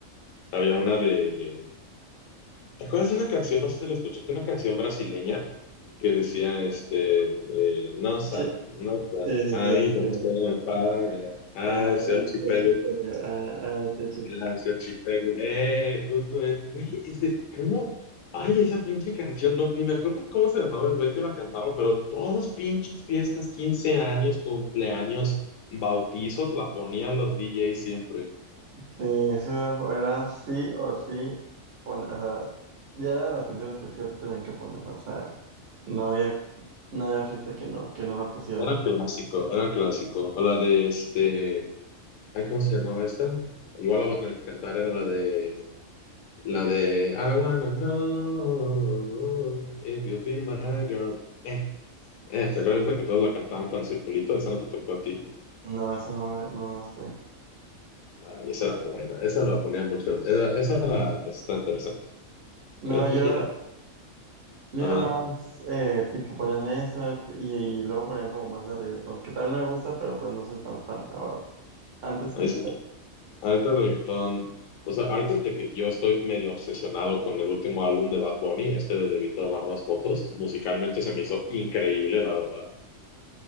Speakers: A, on the left (about 80°); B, on the right (about 60°).
A: Había una de ¿Te acuerdas de una canción? No sé si la escuchaste, una canción brasileña que decía, este, eh, nosa,
B: sí,
A: nota,
B: sí,
A: ahí
B: sí, sí,
A: no
B: sí,
A: se
B: sí.
A: paga, ah,
B: Ay,
A: ese archipélago,
B: se chupega, ay, se
A: ah, ese archipélago, eh, justo ese, güey, ese, ¿cómo? Ay, esa pinche canción, no, ni me acuerdo cómo se llamaba el güey que la cantaba, pero en todas pinches fiestas, 15 años, cumpleaños, bautizos, la ponían los DJs siempre.
B: Sí, eso era sí o sí poner, o sea, ya era de las canciones que sí o sí tenían que poner, o sea, no había, no había fiesta que no, que no la pusieran.
A: Era clásico, era clásico. O la de este. Ay, ¿cómo se llamaba esta? Igual la voy a tener que cantar, era la de... La de... I wanna know if you'll be my girl. Eh, eh, ¿te acuerdas de que todos la cantaban con circulito? Esa no te tocó a ti.
B: No, esa no me la, no me la sé.
A: Ay, esa era buena. Esa la ponía mucho. Esa, esa era, está interesante.
B: No,
A: Pero
B: yo,
A: pues ya.
B: yo
A: Ajá.
B: era más, eh, tipo ponían esa y, y luego ponían como más de reggaetón, que tal me gusta, pero pues no soy tan fan ahora. Antes sí.
A: A mí sí. Ahorita el reggaetón... O sea, ahorita de que yo estoy medio obsesionado con el último álbum de Bad Bunny, este de Debí tomar más fotos, musicalmente se me hizo increíble, la verdad.